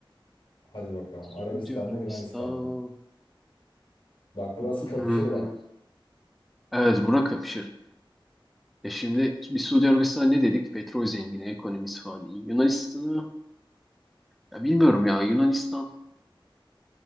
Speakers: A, on the left (about 65°); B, in the centre.
A: hadi bakalım.
B: Suudi
A: Arabistan
B: Arabistan.
A: mı Yunanistan mı? Bak burası
B: Hmm.
A: kapışır bak.
B: Evet, bura kapışır. E şimdi bir Suudi Arabistan'a ne dedik? Petrol zengini, ekonomisi falan iyi. Yunanistan'ı ya bilmiyorum ya Yunanistan.